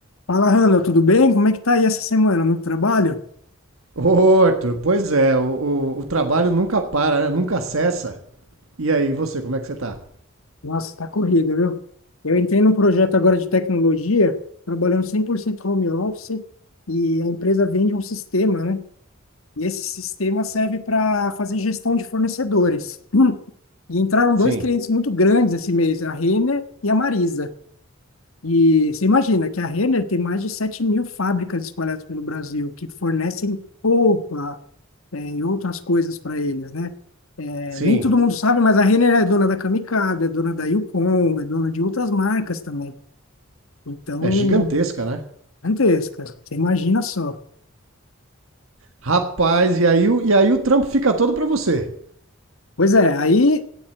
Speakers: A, on the left; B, on the right.
A: Fala, Hanna, tudo bem? Como é que tá aí essa semana? Muito trabalho?
B: Ô, Arthur, pois é, o, o, o trabalho nunca para, né? Nunca cessa. E aí, você, como é que você tá?
A: Nossa, tá corrido, viu? Eu entrei num projeto agora de tecnologia, trabalhando 100% home office, e a empresa vende um sistema, né? E esse sistema serve para fazer gestão de fornecedores. Hum. E entraram
B: Sim,
A: dois clientes muito grandes esse mês, a Renner e a Marisa. E você imagina que a Renner tem mais de 7 mil fábricas espalhadas pelo Brasil, que fornecem roupa, é, e outras coisas para eles, né? É,
B: sim.
A: nem todo mundo sabe, mas a Renner é dona da Kamikaze, é dona da Yukon, é dona de outras marcas também. Então,
B: É gigantesca, né?
A: gigantesca. Você imagina só.
B: Rapaz, e aí, o- e aí o trampo fica todo pra você.
A: Pois é, aí